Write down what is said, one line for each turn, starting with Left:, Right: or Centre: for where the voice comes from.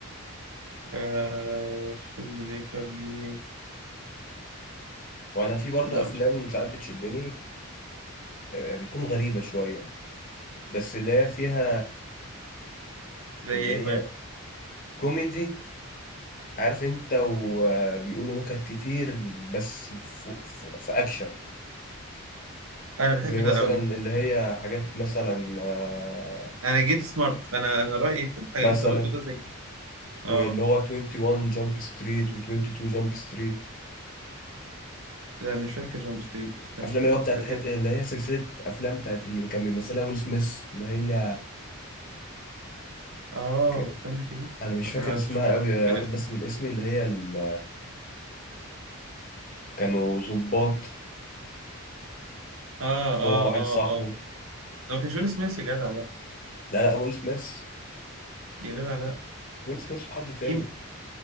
Right: آه الفيلم ميكر مين
Left: وانا في برضه
Right: لا
Left: افلام
Right: مش عارف
Left: ساعات بتشدني آه، بتكون غريبة شوية بس اللي هي فيها
Right: زي
Left: اللي
Right: ايه طيب
Left: هي كوميدي عارف انت وبيقولوا نكت كتير بس في, في, في اكشن
Right: انا بحب
Left: زي
Right: ده
Left: مثلا
Right: قوي
Left: اللي هي حاجات مثلا آه،
Right: انا جيت سمارت انا انا رأيي في الحاجة
Left: مثلا
Right: اللي انت قلته ده زي كده اه
Left: واللي هو 21 جامب ستريت و22 جامب ستريت
Right: لا مش فاكر جامب ستريت استنى
Left: افلام
Right: كده
Left: اللي هو بتاعت
Right: ده كان
Left: حت... اللي هي سلسله افلام بتاعت اللي كان بيمثلها ويل سميث اللي هي
Right: اه
Left: ك-
Right: استنى كده
Left: انا مش
Right: طب
Left: فاكر
Right: انا
Left: اسمها
Right: شفت
Left: قوي
Right: افتكر
Left: راحت
Right: اسمه
Left: بس من اسمي اللي هي ال... كانوا ظباط
Right: اه اه
Left: هو واحد
Right: اه
Left: صاحبه
Right: اه ده ما كانش ويل سميث يا جدع لا
Left: لا لا ويل سميث
Right: يا جدع لا
Left: ويل سميث وحد
Right: في
Left: تاني